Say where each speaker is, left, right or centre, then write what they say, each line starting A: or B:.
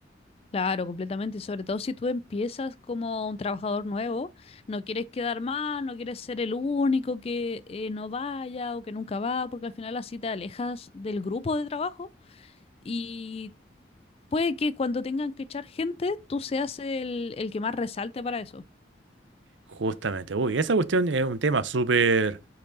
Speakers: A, on the left; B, on the right.
A: Claro, completamente. Y sobre todo si tú empiezas como un trabajador nuevo, no quieres quedar mal, no quieres ser el único que eh, no vaya o que nunca va, porque al final así te alejas del grupo de trabajo y puede que cuando tengan que echar gente, tú seas el, el que más resalte para eso.
B: Justamente, uy, esa cuestión es un tema súper